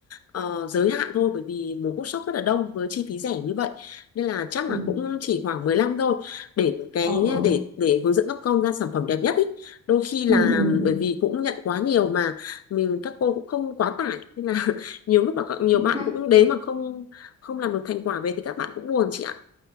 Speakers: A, on the left (about 45°); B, on the right (about 20°).
A: ờ, giới hạn thôi bởi vì một workshop rất là đông với chi phí rẻ như vậy nên là chắc
B: ừ
A: là cũng chỉ khoảng 15 thôi để cái
B: ờ ờ
A: để để hướng dẫn các con ra sản phẩm đẹp nhất ý. Đôi khi là
B: ừ ừ ừ
A: bởi vì cũng nhận quá nhiều mà mình các cô cũng không quá tải nên là <laughs> nhiều lúc mà các- nhiều
B: chính
A: bạn
B: xác
A: cũng đến mà không không làm được thành quả về thì các bạn cũng buồn chị ạ.